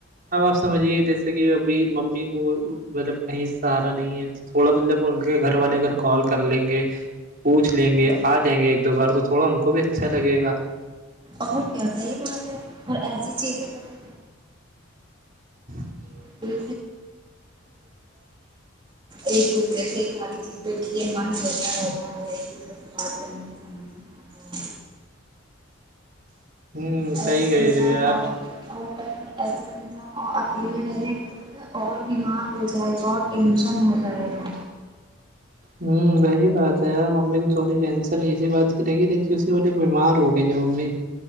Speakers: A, on the right; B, on the right.
A: اب آپ سمجھیے جیسے کہ ابھی ممی کو مطلب کہیں سہارا نہیں ہے تھوڑا مطلب ان کے گھر والے اگر کال کر لیں گے پوچھ لیں گے
B: ہے
A: آ جیں گے ایک دو بار تو تھوڑا ان کو بھی اچھا لگے گا
B: اور کیا صحیح بات ہے اور ایسی چیزیں بت
A: <inaudible>
B: ر ایک دوسرے سے ساری چیزیں اسے من ہوتا رہتا ہے ایک دوسرے سے بات کرنے سے سمجھ میں آتا ہے
A: ہوں صحیح
B: ایسے
A: کہہ
B: تو انسان
A: رہے ہو یار
B: اور اور پتاہ ہے ایسے ک اکیلے رہے گا تو بتا اور بیمار ہو جائے گا اور ٹینشن ہو جائے گا
A: ہوں وہی بات ہے یار ممی کو تھوڑی ٹینشن اسی بات کی لگی رہیسی بولے بیمار ہوگ نہیں ج ممی